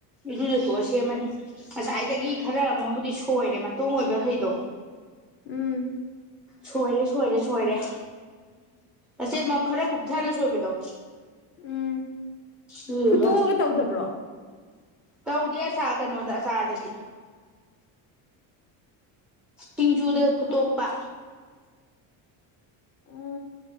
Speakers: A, in the centre; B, on the left (about 30°).
A: ꯏꯔꯨꯖꯊꯣꯛꯑ ꯁꯦꯝꯃꯅꯤ ꯉꯁꯥꯏꯗꯒꯤ ꯈꯔ ꯑꯃꯕꯨꯗꯤ ꯁꯣꯏꯔꯦ ꯃꯇꯣꯡ ꯑꯣꯏꯕ ꯃꯈꯩꯗꯣ
B: ꯎꯝ
A: ꯁꯣꯏꯔꯦ ꯁꯣꯏꯔꯦ ꯁꯣꯏꯔꯦ ꯑꯆꯦꯠ ꯈꯔ ꯀꯨꯞꯊꯅ ꯁꯣꯏꯕꯗꯣ
B: ꯎꯝ
A: ꯎꯕ
B: ꯐꯨꯠꯇꯣꯛꯑꯒ ꯇꯧꯗꯕ꯭ꯔꯣ
A: ꯇꯧꯗꯦ ꯑꯁꯥ ꯀꯩꯅꯣꯗ ꯑꯆꯥꯥꯔꯗꯗꯤ ꯁꯤꯡꯖꯨꯗ
B: ꯐꯨꯠꯇꯣꯛ
A: ꯐꯨꯠꯇꯣꯛꯄ
B: ꯎꯝ